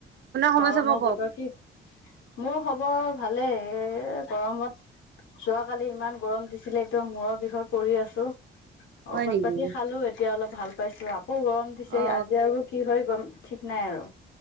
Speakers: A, on the right; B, on the left.
A: খবৰ
B: গৰমৰ
A: চবৰ কওক
B: বতৰ কি মোৰ খবৰ ভালেই এ গৰমত যোৱাকালি ইমান গৰম দিছিলে একদম মূৰৰ বিষত পৰি আছো
A: হয়
B: ঔষধ
A: নেকি?
B: পাতি খালো এতিয়া অলপ ভাল পাইছো আকৌ গৰম দিছে
A: অ
B: আজি আৰু কি হয় গম ঠিক নাই আৰু